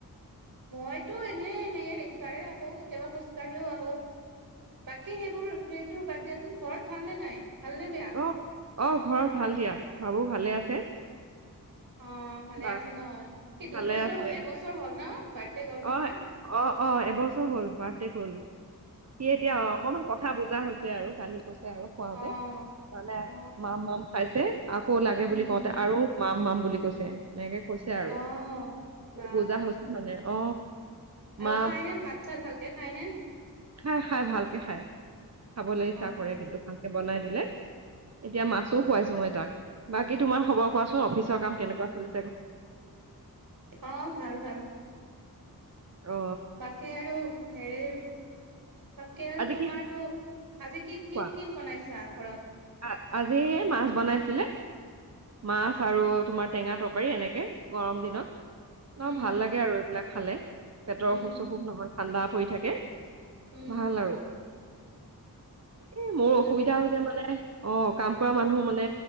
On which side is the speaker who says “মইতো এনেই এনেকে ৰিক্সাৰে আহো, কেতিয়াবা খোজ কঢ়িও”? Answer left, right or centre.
Right